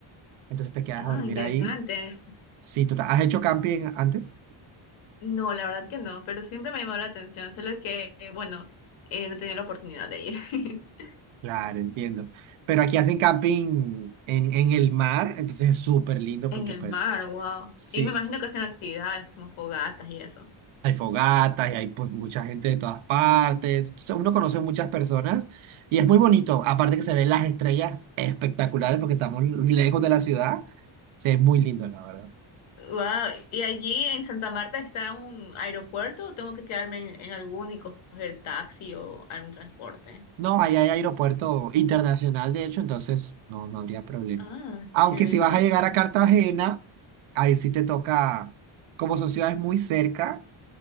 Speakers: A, on the right; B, on the left.
A: entonces te quedas
B: Ah,
A: a dormir
B: interesante.
A: ahí. Sí, total. ¿Has hecho camping antes?
B: No, la verdad que no, pero siempre me ha llamado la atención, solo que, eh, bueno, eh, no he tenido la oportunidad de ir. <laughs>
A: Claro, entiendo. Pero aquí hacen camping en, en el mar, entonces es súper lindo
B: En
A: porque
B: el
A: pues
B: mar, wow.
A: sí,
B: Y me imagino que hacen actividades como fogatas y eso.
A: hay fogatas y hay pues mucha gente de todas partes. Entonces, uno conoce muchas personas y es muy bonito. Aparte que se ven las estrellas espectaculares porque estamos lejos de la ciudad, se ve muy lindo, la verdad.
B: wow. ¿Y allí en Santa Marta está un aeropuerto o tengo que quedarme en, en alguno y coger taxi o algún transporte?
A: No, ahí hay aeropuerto internacional, de hecho, entonces no, no habría problema.
B: Ah,
A: Aunque
B: chéverísimo.
A: si vas a llegar a Cartagena, ahí sí te toca, como son ciudades muy cerca,